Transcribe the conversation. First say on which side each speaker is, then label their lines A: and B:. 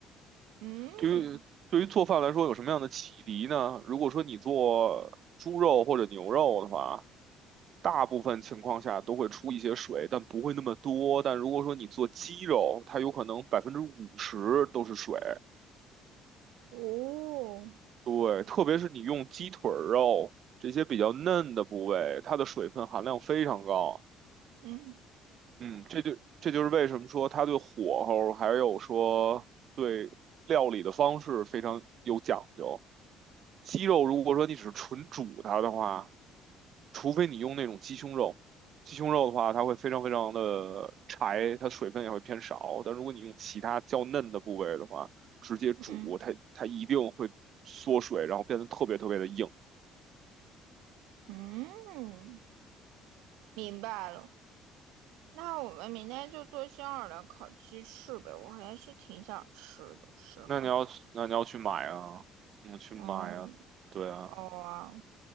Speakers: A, on the right; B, on the right.
A: 嗯，
B: 对于对于做饭来说，有什么样的启迪呢？如果说你做猪肉或者牛肉的话，大部分情况下都会出一些水，但不会那么多。但如果说你做鸡肉，它有可能百分之五十都是水。
A: 哦，
B: 对，特别是你用鸡腿儿肉这些比较嫩的部位，它的水分含量非常高。
A: 嗯
B: 嗯，这就这就是为什么说他对火候还有说对料理的方式非常有讲究。鸡肉如果说你只是纯煮它的话，除非你用那种鸡胸肉，鸡胸肉的话它会非常非常的柴，它水分也会偏少。但如果你用其他较嫩的部位的话，直接煮它它一定会缩水，
A: 嗯
B: 然后变得特别特别的硬。
A: 嗯。明白了。那我们明天就做香尔的烤鸡翅呗，我还是挺想吃的，实话。
B: 那你要那你要去买啊，嗯，去买啊，
A: 嗯，
B: 对啊，
A: 哦啊，